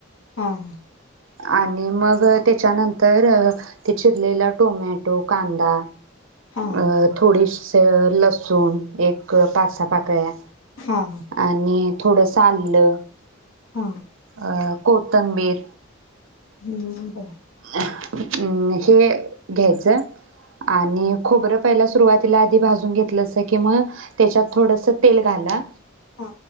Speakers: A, on the left; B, on the right.
A: हा हा
B: आणि मग ते त्यानंतर अ ते चिरलेला टोमॅटो, कांदा
A: हा
B: अ थोडीशी अस लसूण एक पाच सा पाकळ्या
A: हा हा
B: आणि थोडंस आल्ल
A: हा
B: अ कोतंबीर
A: हम्म ब
B: अम् हे घ्यायचं आणि अ खोबरं पहिला सुरुवातीला आधी भाजून घेतलंसा की म त्याच्यात थोडस तेल घाला
A: ह